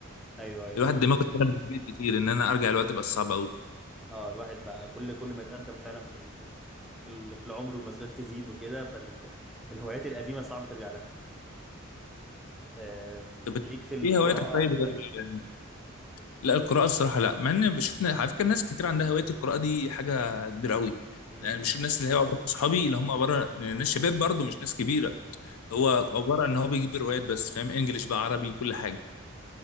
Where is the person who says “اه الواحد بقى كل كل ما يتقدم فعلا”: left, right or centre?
Centre